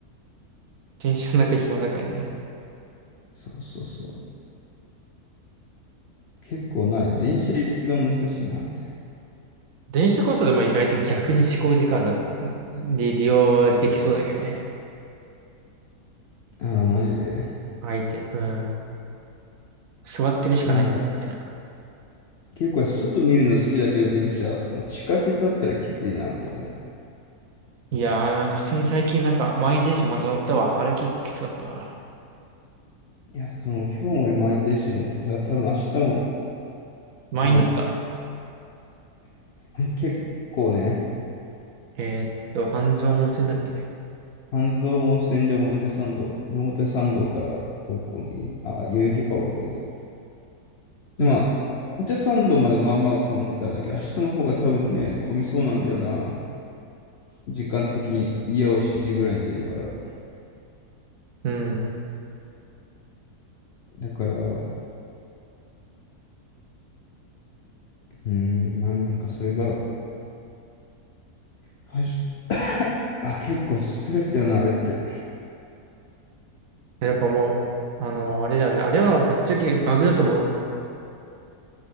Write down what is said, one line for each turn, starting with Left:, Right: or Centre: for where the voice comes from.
Right: 電車の中暇だからね。
Left: そうそうそう。結構ない。電車一番難しいな、みたい
Right: 電子こそでも意外と逆に思考時間だ、に利用できそうだけどね。
Left: な。ああ、マジで。
Right: 相手、うん。座ってるしかないみたいな。
Left: なんか、結構外見るの好きだけど、電車。地下鉄あったらきついな、みたいな。
Right: いやー、なんか普通に最近なんか満員電車また乗ったわ。あれは結構きつかったわ。
Left: いや、その、今日も俺満員電車乗ってさ、多分明日も、
Right: 満員だった。
Left: まあ、結構ね、
Right: えーっと、半蔵門線だっけ
Left: 半蔵門線で表参道、で表参道から六本木、あ、代々木か降り終えた。で、
Right: よ、
Left: まあ、表参道までまあまあ混んでたんだけど、明日の方が多分ね、混みそうなんだよな。時間的に家を7時ぐらいに出るから。
Right: うん。
Left: だから、うーん、なんかそれが、はじあ、結構ストレスだよな、あれって。
Right: やっぱもう、あのーあれだよね。あれはぶっちゃけバグだと思うわ。